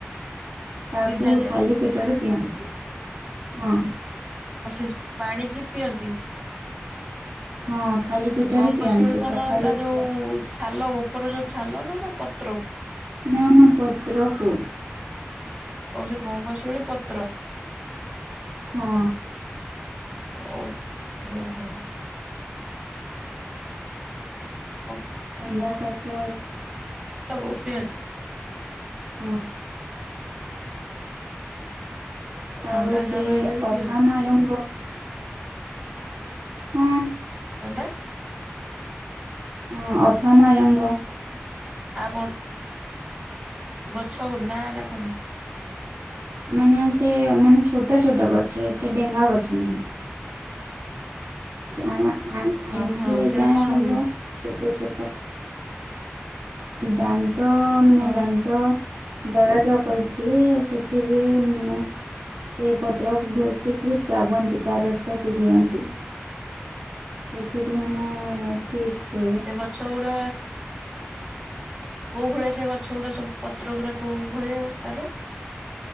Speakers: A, on the right; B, on the right.
A: ତାକୁ
B: ସିଝା ଯାଏ
A: ଖାଲି ପେଟରେ ପିଅନ୍ତିୁ ହଁ।
B: ଆଉ ସେ ପାଣି କି ପିଅନ୍ତି।
A: ହଁ ଖାଲି ପେଟରେ
B: ଗଙ୍ଗଶିଉଳି
A: ପିଅନ୍ତି
B: କଣ
A: ସକାଳୁ
B: ତା
A: ଉଠିଲା
B: ଯୋଉ ଛାଲ ଉପର ଯୋଉ ଛାଲ ନା ନା ପତ୍ର।
A: ନା ନା ପତ୍ରକୁ।
B: ଆଉ ସେ ଗଙ୍ଗଶିଉଳି ପତ୍ର।
A: ହଁ।
B: ଓ ହ ହୋ। ହଁ।
A: ଥଣ୍ଡା କାଶ।
B: <unintelligible>
A: ହଁ
B: ଥଣ୍ଡା
A: ଆଉ ସେ
B: ଜର ହେଲେ ବି ପିଅନ୍ତି
A: ଅଫାମା ରଙ୍ଗ। ହଁ।
B: କଣ ଟା?
A: ମ୍ ଅଫାମା ରଙ୍ଗ।
B: ଆପଣ ଗଛ ଗୁଡ ନା ନା କଣ?
A: ମାନେ ସେ ମାନେ ଛୋଟ ଛୋଟ ଗଛ ଏତେ ଡେଙ୍ଗା ଗଛ ନୁହେଁ। ଆ ଆଁ ଆଣ୍ଠୁଏ
B: ହଁ ସେଇଟା
A: ଯାଏ
B: କଣ
A: ହବ।
B: ହୁଏ
A: ଛୋଟ ଛୋଟ ଦାନ୍ତ ମାନେ
B: ହଁ
A: ଦାନ୍ତ। ଦଳାଜ କରିଥିଲେ ସେଥିପାଇଁ ମାନେ ସେ ପତ୍ର ଘୋଷିକି ଚାବନ୍ତି ତା ରସକୁ ଦିଅନ୍ତି। ସେଥିରେ ମାନେ ଠିକ ହୁଏ।
B: ସେ ଗଛ ଗୁଡା। କୋଉ ଭଳିଆ ସେ ଗଛ ଗୁଡା ସବୁ ପତ୍ର ଗୁଡା କୋଉ ଭଳିଆ ତାର